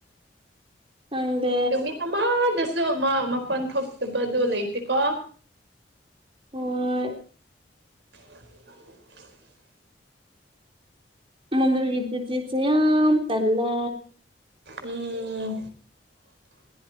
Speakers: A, on the right; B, on the right.
A: ꯈꯪꯗꯦ
B: ꯅꯨꯃꯤꯠ ꯑꯃꯗꯁꯨ ꯃꯥ ꯃꯄꯜ ꯊꯣꯛꯇꯕꯗꯣ ꯂꯩꯇꯦꯀꯣ
A: ꯍꯣꯏ
B: <unintelligible>
A: ꯃꯗꯨꯒꯤ ꯆꯦꯆꯤꯁꯦ ꯌꯝ ꯇꯜꯂꯦ
B: ꯎꯝ